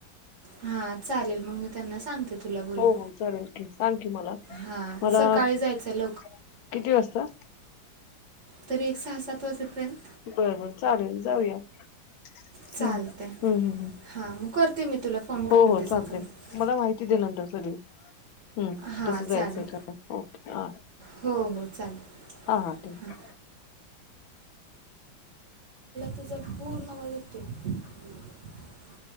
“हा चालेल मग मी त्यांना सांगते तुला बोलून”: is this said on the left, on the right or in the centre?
Right